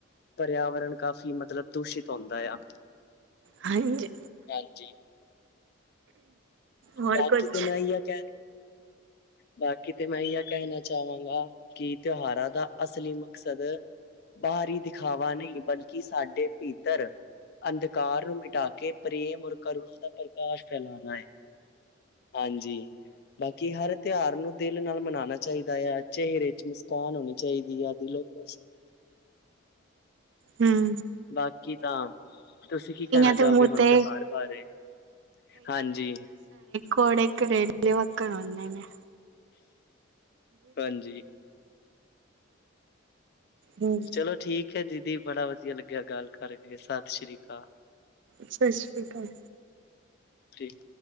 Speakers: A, on the left; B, on the right.
A: ਪਰਿਆਵਰਨ ਕਾਫ਼ੀ ਮਤਲਬ ਦੂਸ਼ਿਤ ਹੁੰਦਾ ਆ।
B: ਹਾਂਜੀ।
A: ਹਾਂਜੀ।
B: ਹੋਰ
A: ਬਾਕੀ
B: ਕੁਛ
A: ਤੇ ਮੈਂ ਹੀ ਆ ਕਹਿ ਰਿ? ਬਾਕੀ ਤੇ ਮੈਂ ਇ ਕਹਿਣਾ ਚਾਹਾਂਗਾ ਕਿ ਤਿਉਹਾਰਾਂ ਦਾ ਅਸਲੀ ਮਕਸਦ? ਬਾਹਰੀ ਦਿਖਾਵਾ ਨਹੀਂ ਬਲਕਿ ਸਾਡੇ ਪੀਤਰ? ਅੰਧਕਾਰ ਨੂੰ ਮਿਟਾ ਕੇ ਪ੍ਰੇਮ ਔਰ ਕਰੁਣ ਦਾ ਪ੍ਰਕਾਸ਼ ਫੈਲਾਣਾ ਹੈ। ਹਾਂਜੀ ਬਾਕੀ ਹਰ ਤਿਉਹਾਰ ਨੂੰ ਦਿਲ ਨਾਲ ਮਨਾਉਣਾ ਚਾਹੀਦਾ ਆ। ਚਿਹਰੇ ਚ ਮੁਸਕਾਨ ਹੋਣੀ ਚਾਹੀਦੀ ਆਦਿ ਦਿਲੋ ਖਸ਼?
B: ਹਮ।
A: ਬਾਕੀ ਤਾਂ। ਤੁਸੀਂ ਕੀ ਕਹਿਣਾ
B: ਦੇ
A: ਚਾਹੋਗੇ
B: ਮੂੰਹ
A: ਹੁਣ
B: ਤੇ
A: ਤਿਉਹਾਰ ਬਾਰ ਬਾਰੇ ਹਾਂਜੀ।
B: ਕੋਡੇ ਕਰੇਲੇ ਵੱਕਣ ਹੂਂਦੇ ਨੇ।
A: ਹਾਂਜੀ।
B: ਹੂੰ
A: ਚਲੋ ਠੀਕ ਹੈ ਦੀਦੀ ਬੜਾ ਵਧੀਆ ਲੱਗਿਆ ਗੱਲ ਕਰਕੇ ਸਤਿ ਸ੍ਰੀ ਅਕਾਲ।
B: ਸਤਿ ਸ਼੍ਰੀ ਅਕਾਲ।
A: ਠੀਕ।